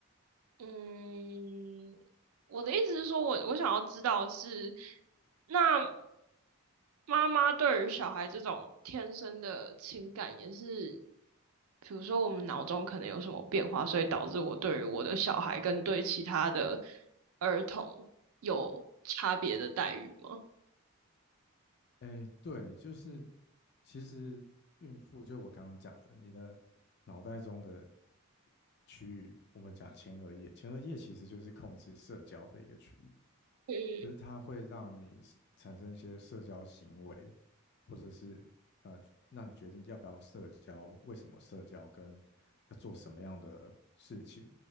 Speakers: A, on the right; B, on the left.
A: 嗯，我的意思是说我我想要知道的是，那妈妈对于小孩这种天生的情感也是，比如说我们脑中可能有什么变化，所以导致我对于我的小孩跟对其他的儿童有差别的待遇吗？
B: 哎，对，就是其实孕妇，就我刚刚讲的，你的脑袋中的区域，我们讲前额叶，前额叶其实就是控制社交的一个区域。
A: 嗯
B: 就是它会让你 s- 产生一些社交行为，或者是呃，让你决定要不要社交，为什么社交，跟要做什么样的事情。